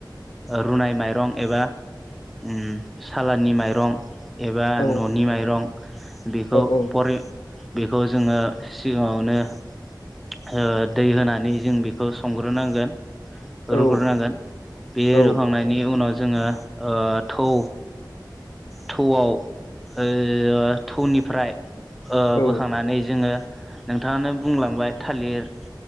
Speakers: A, in the centre; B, on the left (about 50°).
A: रुनाय माइरं एबा उम सालानि माइरं एबा
B: औ
A: न'नि माइरं बेखौ
B: औ औ
A: परे बेखौ जोङो सि गाङावनो दै होनानै जों बेखौ संग्रोनांगोन।
B: औ
A: रुग्रोनांगोन बे
B: औ
A: रुखांनायनि उनाव जोङो ओ थौ थौआव थौनिफ्राय
B: औ
A: बोखांनानै जोङो नोंथाङानो बुंलांबाय थालिर